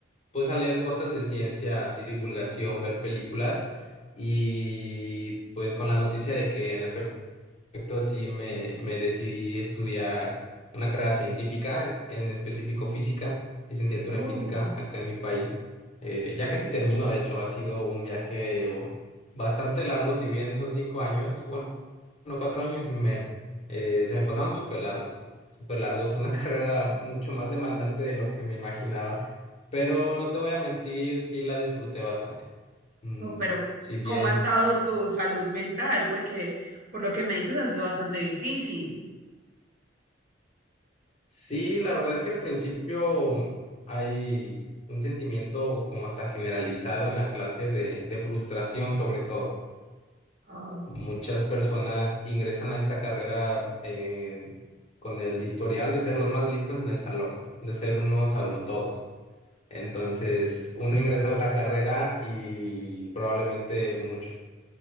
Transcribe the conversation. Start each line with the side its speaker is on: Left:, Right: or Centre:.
Left: pues a leer cosas de ciencia, así divulgación, ver películas y pues con la noticia de que en efecto efecto, sí me, me decidí estudiar una carrera científica, en, en específico física, licenciatura
Right: Wow.
Left: en física acá en mi país. Eh, ya casi termino, de hecho, ha sido un viaje oh, bastante largo, si bien son cinco años, bueno, cuatro años y medio, eh, se me pasaron súper largos, súper largos. Fue una <laughs> carrera mucho más demandante de lo que me imaginaba, pero no te voy a mentir, sí la disfruté bastante. Mm,
Right: Oh, pero,
Left: si bien
Right: ¿cómo ha estado tu salud mental? Porque por lo que me dices ha sido bastante difícil.
Left: Sí, la verdad es que al principio hay un sentimiento como hasta generalizado en la clase de, de frustración sobre todo.
Right: Oh.
Left: Muchas personas ingresan a esta carrera eh, con el historial de ser los más listos en el salón, de ser unos sabelotodos. Entonces,
Right: Mm.
Left: uno ingresa a la carrera y probablemente muchos